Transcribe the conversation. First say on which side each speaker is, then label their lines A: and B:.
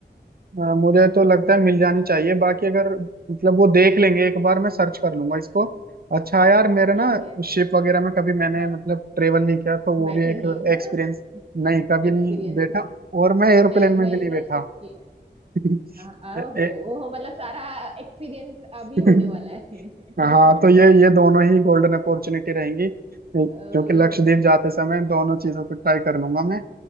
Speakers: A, on the right (about 55°); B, on the right (about 35°).
A: अ, मुझे तो लगता है मिल जानी चाहिए बाकी अगर मतलब वो देख लेंगे एक बार मैं सर्च कर लूंगा इसको अच्छा यार मेरे
B: ठीक
A: ना
B: है
A: शिप वगैरह में कभी मैंने
B: हाँ
A: मतलब ट्रेवल नहीं किया तो वो
B: बैठे
A: भी एक
B: नहीं हो क्या
A: एक्सपीरियंस नहीं
B: एक्सपीरियंस
A: कभी नहीं बैठा
B: हो जाएगा
A: और मैं एयरप्लेन
B: नहीं
A: में
B: मैंने
A: भी नहीं बैठा
B: शिफ्ट किया
A: <laughs>
B: है। आ-
A: ए,
B: ओहो
A: ए,
B: ओहो मतलब सारा एक्सपीरियंस अभी
A: <laughs>
B: होने वाला है <laughs>
A: हाँ तो ये ये दोनों ही गोल्डन अपॉर्चुनिटी रहेंगी क्योंकि
B: ओहो
A: लक्षद्वीप जाते समय दोनों चीजों को ट्राई कर लूंगा मैं